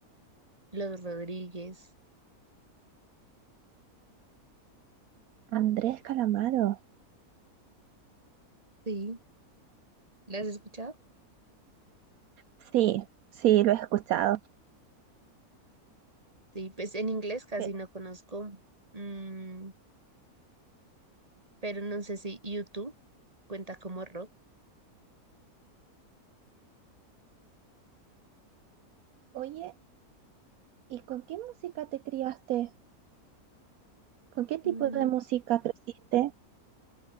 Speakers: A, on the right; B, on the right.
A: Los Rodríguez.
B: Andrés Calamaro.
A: Sí. ¿Las has escuchado?
B: Sí, sí, lo he escuchado.
A: Sí, pues en inglés casi
B: Pero,
A: no conozco, mm, pero no sé si YouTube cuenta como rock.
B: oye, ¿y con qué música te criaste? ¿Con qué tipo
A: Mm,
B: de música creciste?